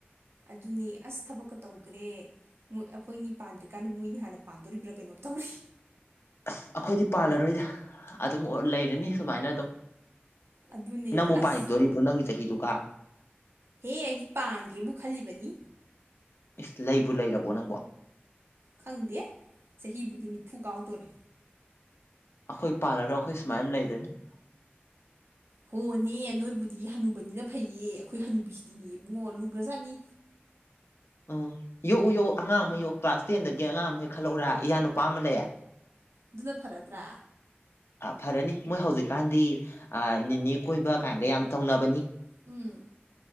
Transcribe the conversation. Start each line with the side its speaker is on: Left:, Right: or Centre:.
Right: ꯑꯗꯨꯅꯤ ꯑꯁ ꯊꯕꯛꯀ ꯇꯧꯒ꯭ꯔꯦ ꯑꯩꯈꯣꯏꯅꯤ ꯄꯥꯟꯗ꯭ꯔꯤꯀꯥꯟꯗ ꯃꯣꯏꯅꯤ ꯍꯥꯟꯅ ꯄꯥꯟꯗꯣꯔꯤꯕ꯭ꯔꯥ ꯀꯩꯅꯣꯝ ꯇꯧꯔꯏ
Left: ꯑꯁ ꯑꯩꯈꯣꯏꯗꯤ ꯄꯥꯜꯂꯔꯣꯏꯗ ꯑꯗꯨꯝ ꯂꯩꯔꯅꯤ ꯁꯨꯃꯥꯏꯅ ꯑꯗꯨꯝ
Right: ꯑꯗꯨꯅꯦ
Left: ꯅꯪꯕꯨ
Right: ꯑꯁ
Left: ꯄꯥꯉꯛꯇꯣꯔꯤꯕ꯭ꯔꯣ ꯅꯪꯒꯤ ꯆꯍꯤꯗꯨꯒ
Right: ꯍꯦ ꯑꯩꯗꯤ ꯄꯥꯟꯒꯦꯕꯨ ꯈꯜꯂꯤꯕꯅꯤ
Left: ꯏꯁ ꯂꯩꯕꯨ ꯂꯩꯔꯕꯣ ꯅꯪꯕꯣ
Right: ꯈꯪꯗꯦ ꯆꯍꯤꯕꯨꯗꯤ ꯅꯤꯐꯨ ꯀꯥꯎꯗꯣꯔꯦ
Left: ꯑꯩꯈꯣꯏ ꯄꯥꯜꯂꯔꯣ ꯑꯩꯈꯣꯏ ꯁꯨꯃꯥꯏꯅ ꯑꯗꯨꯝ ꯂꯩꯔꯅꯤ
Right: ꯍꯣꯅꯦ ꯅꯣꯏꯕꯨꯗꯤ ꯍꯅꯨꯕꯅꯤꯅ ꯐꯩꯌꯦ ꯑꯩꯈꯣꯏ ꯍꯅꯨꯕꯤꯁꯤꯗꯤꯅꯦꯑ ꯏꯕꯨꯡꯉꯣ ꯂꯨꯒ꯭ꯔꯖꯥꯠꯅꯤ
Left: ꯎꯝ ꯌꯣꯛꯎ ꯌꯣꯛꯎ ꯑꯉꯥꯡ ꯑꯃ ꯌꯣꯛꯎ ꯀ꯭ꯂꯥꯁ ꯇꯦꯟꯗꯒꯤ ꯑꯉꯥꯡ ꯑꯃ ꯍꯦꯛ ꯈꯜꯂꯛꯎꯔ ꯏꯌꯥ ꯅꯨꯄꯥ ꯑꯃ ꯂꯩꯌꯦ
Right: ꯑꯗꯨꯅ ꯐꯔꯗ꯭ꯔ
Left: ꯐꯔꯅꯤ ꯃꯣꯏ ꯍꯧꯖꯤꯛꯀꯥꯟꯗꯤ ꯅꯤꯅꯦ ꯀꯣꯏꯕ ꯀꯥꯏꯅꯒ ꯌꯥꯝ ꯇꯧꯅꯕꯅꯤ
Right: ꯎꯝ